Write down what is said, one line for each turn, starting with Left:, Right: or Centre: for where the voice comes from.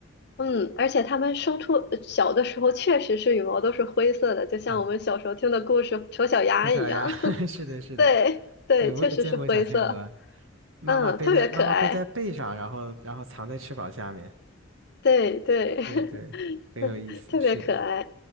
Left: 嗯，而且它们生出呃小的时候确实是羽毛都是灰色的，就像我们小时候听的故事丑小鸭一样。
Right: 啊。丑小鸭，<laughs>
Left: <laughs>
Right: 是的，是的，
Left: 对对，
Right: 对，我也见过小天鹅，
Left: 确实是灰色，
Right: 妈妈背在妈妈背在背上，
Left: 嗯，特别可爱，
Right: 然后然后藏在翅膀下面，
Left: 对对，
Right: 对对，很有意思，
Left: <laughs> 特别可爱。
Right: 是的，